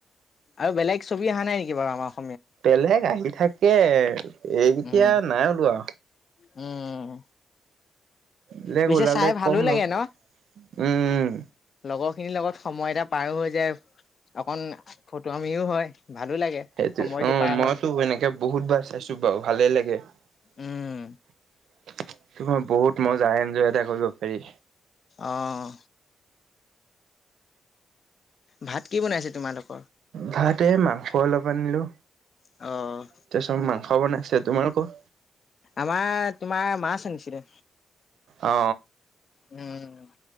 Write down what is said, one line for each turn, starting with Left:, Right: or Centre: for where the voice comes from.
Left: আৰু বেলেগ ছবি - ছবি অহা নাই নেকি বাৰু আমাৰ অসম-
Right: বেলেগ আহি থাকে এতিয়া
Left: উম
Right: নাই ওলোৱা।
Left: উম।
Right: বেলেগ
Left: পিছে
Right: ওলালে
Left: চাই ভালো
Right: কম বাৰু
Left: লাগে ন
Right: উম।
Left: লগৰ খিনিৰ লগত সময় এটা পাৰো হৈ যায়। অকন ফটোৱামিও হয়। ভালো লাগে
Right: সেইটো
Left: সময়টো
Right: অ
Left: পাৰ
Right: মইতো
Left: হয়
Right: এনেকে বহুত বাৰ চাইছো বাৰু ভালেই লাগে। <unintelligible>
Left: উম
Right: বহুত মজা এনজয় এটা কৰিব পাৰি।
Left: অহ। ভাত কি বনাইছে তোমালোক-
Right: ভাত এই মাংস অলপ আনিলো,
Left: অ'।
Right: তাৰপিছত মাংস বনাইছ- ছে। তোমালোকৰ?
Left: আমাৰ- তোমাৰ মাছ আনিছিলে।
Right: অ
Left: উম,